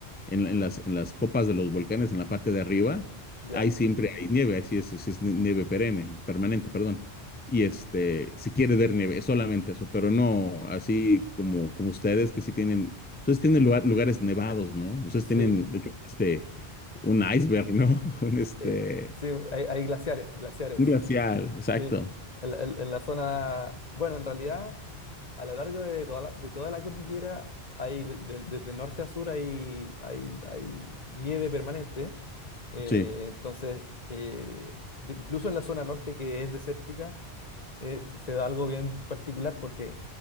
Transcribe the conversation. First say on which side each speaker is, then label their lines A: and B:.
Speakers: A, on the left; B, on the left.
A: en, en las, en las copas de los volcanes, en la parte de arriba,
B: Ya.
A: ahí siempre hay nieve, ahí sí es, sí es nieve perenne, permanente, perdón. Y este, si quieres ver nieve, es solamente eso, pero no así como, como ustedes que sí tienen, ustedes tienen lugar- lugares nevados, ¿no? Ustedes
B: Sí.
A: tienen, de hecho, este, un iceberg, ¿no? <laughs> Un este,
B: Eh, sí, hay, hay glaciares, glaciares.
A: un glacial, exacto.
B: Sí, en, la en- en la zona, bueno, en realidad, a lo largo de toda la, de toda la cordillera, hay, de- de- desde norte a sur hay, hay, hay nieve permanente. Eh,
A: Sí,
B: entonces, eh, de- incluso en la zona norte que es desértica, eh, se da algo bien particular porque